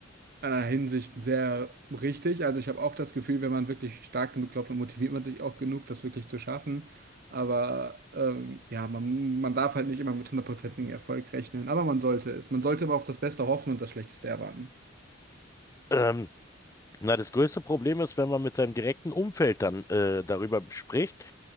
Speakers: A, on the right (about 50°); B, on the left (about 15°).
A: einer Hinsicht sehr richtig. Also ich habe auch das Gefühl, wenn man wirklich stark genug glaubt, dann motiviert man sich auch genug, das wirklich zu schaffen. Aber ähm, ja, man, man darf halt nicht immer mit hundertprozentigem Erfolg rechnen. Aber man sollte es. Man sollte aber auf das Beste hoffen und das Schlechteste erwarten.
B: Ähm, Na, das größte Problem ist, wenn man mit seinem direkten Umfeld dann äh, darüber spricht.